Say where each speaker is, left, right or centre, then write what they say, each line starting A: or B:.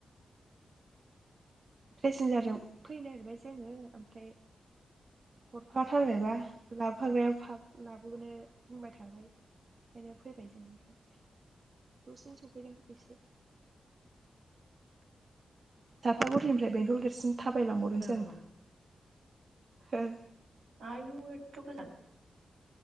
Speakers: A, on the right; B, on the right.
A: पेसेन्जारजों फैनो नागिरबाय जोङो ओमफ्राय हरफाथारबायबा लाबोफाग्रायाव लाबोनो बुंबाय थाबाय ओंखायनो फैबाय जों ओमफ्राय दसेनो सफैदों एसे थाफागुरिनिफ्राय बेंथल गेदरसिम थाबायलांबावदोंसो
B: जादों नामा
A: आं। ओ।
B: आयु एट गोजान।